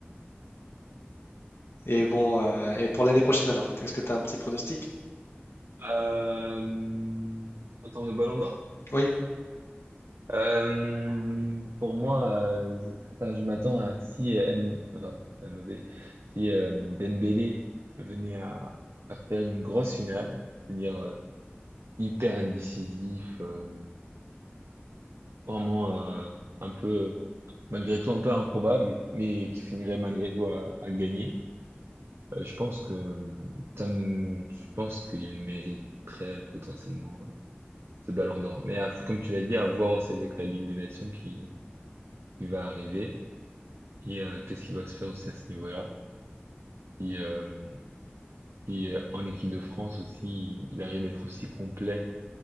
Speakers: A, on the left (about 80°); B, on the right (about 80°).
A: Et bon, euh, et pour l'année prochaine alors, est-ce que tu as un petit pronostic?
B: Euh, en termes de Ballon d'Or?
A: Oui,
B: Euh, pour moi, euh, enfin, je m'attends à si euh, M, enfin, MOV, si euh, Dembélé venait à, à faire une grosse finale, c'est-à-dire euh, hyper décisif, euh, vraiment euh, un peu malgré tout un peu improbable, mais qui finirait malgré tout à, à gagner. euh, je pense que euh, ça me- je pense qu'il mériterait potentiellement ce Ballon d'Or. Mais à- comme tu l'as dit, à voir aussi avec la Ligue des Nations qui, qui va arriver et euh, qu'est-ce qui va se faire aussi à ce niveau-là. Si, euh, si euh, en équipe de France aussi, il arrive à être aussi complet